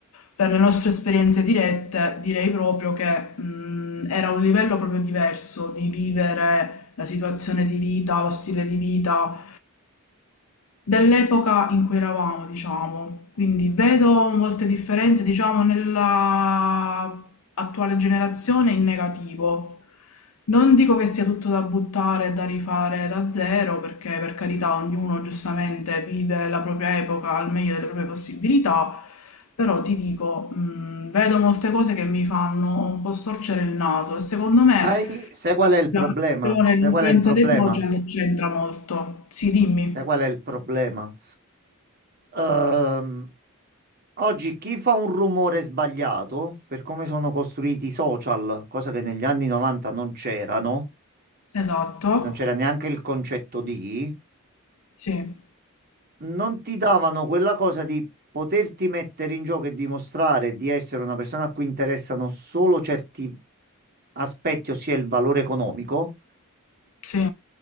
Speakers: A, on the left (about 75°); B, on the right (about 45°).
A: per le nostre esperienze dirette direi proprio che mh, era un livello proprio diverso di vivere la situazione di vita, lo stile di vita, dell'epoca in cui eravamo, diciamo. Quindi vedo molte differenze, diciamo, nella attuale generazione in negativo. Non dico che sia tutto da buttare e da rifare da zero, perché per carità ognuno giustamente vive la propria epoca al meglio delle proprie possibilità, però ti dico, mh, vedo molte cose che mi fanno un po' storcere il naso e secondo me
B: Sai, sai qual è il
A: la
B: problema?
A: questione,
B: Sai
A: l'influenza
B: qual è il problema?
A: dei social c'entra molto. Sì, dimmi.
B: Sai qual è il problema? Ehm, oggi chi fa un rumore sbagliato, per come sono costruiti i social, cosa che negli anni 90 non c'erano,
A: Esatto.
B: non c'era neanche il concetto di,
A: Sì,
B: non ti davano quella cosa di poterti mettere in gioco e dimostrare di essere una persona a cui interessano solo certi aspetti, ossia il valore economico,
A: sì,